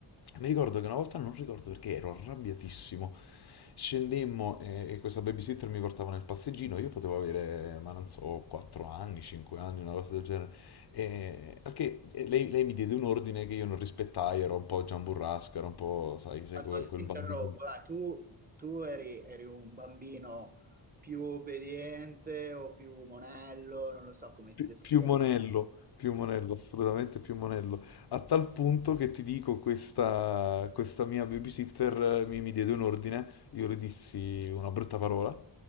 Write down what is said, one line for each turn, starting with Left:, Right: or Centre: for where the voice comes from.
Left: Mi ricordo che una volta, non ricordo perché, ero arrabbiatissimo. Scendemmo eh, e questa babysitter mi portava nel passeggino, io potevo avere, ma non so, 4 anni, 5 anni, una cosa del genere. E, al che e lei, lei mi diede un ordine che io non rispettai, ero un po' giamburrasca, ero un po', sai, sai,
Right: Ma
Left: quel
Right: scusa,
Left: quel
Right: ti interrompo,
Left: bambino lì.
Right: dai, tu, tu eri, eri un bambino più obbediente o più monello, non lo so come ti
Left: Pi-
Right: descrivo.
Left: Più monello, più monello, assolutamente più monello. A tal punto che ti dico, questa, questa mia babysitter eh, mi, mi diede un ordine, io le dissi una brutta parola,